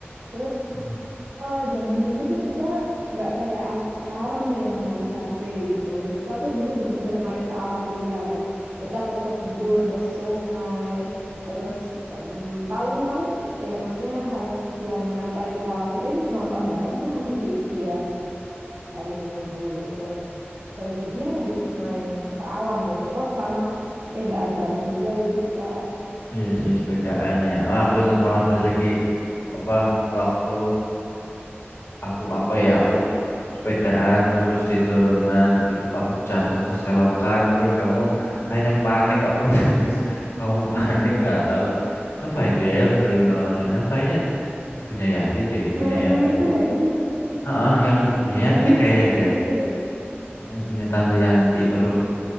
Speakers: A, on the right; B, on the left.
A: Terus
B: Hmm.
A: eh, zaman dulu tuh kita nggak kayak anak sekarang nih yang main HP gitu. Duta tuh dulu bener-bener main ke alam liar. Kita ke kebun, ke sungai. Terus em, paling-paling ya maksudnya hal yang nyantai kita lakuin nonton bareng tuh nonton TV ya. hari Minggu gitu. Selebihnya lebih main ke alam gitu. Oh, sama sepedaan bareng juga dulu kita.
B: oh iya sih sepedaan ya Ah, aku ingat banget pas lagi apa waktu aku apa ya aku sepedaan terus di turunan itu aku jatuh ke selokan terus kamu akhirnya panik aku <laughs> nangis kamu
A: <laughs>
B: panik nggak tahu siapa itu ya yang dulu nolongin aku kayaknya ibunya Yanti deh ibunya
A: Nenek-nenek
B: Yanti
A: itu nggak sih?
B: ah yang ibunya Yanti
A: Kayaknya
B: kayaknya
A: nenek-nenek
B: deh
A: itu deh.
B: Ah, ibunya tante Yanti waduh